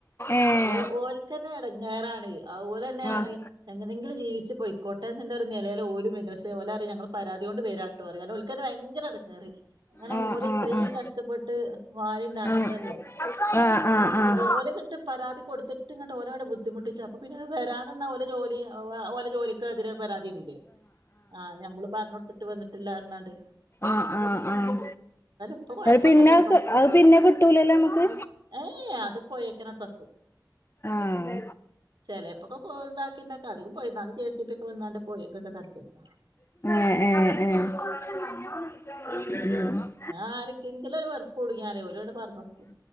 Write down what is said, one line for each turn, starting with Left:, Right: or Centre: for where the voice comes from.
Left: ഏഹ്
Right: ഓ ഓൽ തന്നെ എടങ്ങേറാണെ അത് പോലെന്നെ
Left: ആഹ്
Right: അറിം എങ്ങനെങ്കിലും ജീവിച്ച് പോയിക്കോട്ടെ ന്ന്ള്ളോരു നെലേല് ഓലും വേര്നെ പക്ഷെ ഓലറിം ഞങ്ങള് പരാതിയോണ്ട് വെരാണ് <unintelligible> ഓൽക്കെന്നെ ഭയങ്കര എടങ്ങേറ് അങ്ങനെ
Left: ആഹ്
Right: ഓല് ഇത്രി
Left: ആഹ്
Right: കഷ്ടപ്പെട്ട് വാരി ഇണ്ടാക്ക്ണതല്ലേ
Left: ആഹ് ആഹ് ആഹ് ആഹ് ആഹ്
Right: ഓര് കിട്ട് പരാതി കൊടുത്ത് ഇങ്ങട്ട് ഓരോ ബുദ്ധി മുട്ടിച്ചപ്പെ പിന്നെത് വരാതെന്നാ ഓലെ ജോലി ഓലെ ജോലിക്ക് എതിരെ പരാതി തരൂലേ ആഹ് ഞമ്മള് പർഞ്ഞൊട്ത്ത്ട്ട് വന്നിട്ടില്ല പർഞ്ഞാണ്ട്
Left: ആഹ് ആഹ് ആഹ്
Right: ഇപ്പൊ കൊഴപ്പൊന്നുല്ല.
Left: അത് പിന്നെ അത് പിന്നെ കിട്ടൂലല്ലോ നമ്മക്ക്
Right: ഏഹ് ഏഹ് അത് പൊയേക്കെന്നെ തട്ടും
Left: ആഹ്
Right: ചെലേപ്പൊക്കെ കൊ <unintelligible> അധികം പോയിന്നാണ് ജെസിബി ഒക്കെ വന്നാണ്ട് പോയൊക്കെക്കെ തട്ട്യേക്ക
Left: എഹ് എഹ് എഹ് ഉം
Right: ആർക്കെങ്കിലും ഒരു വെറുപ്പുട്ങ്ങ്യാലേ ഓലണ്ട് പർഞ്ഞോടുക്കും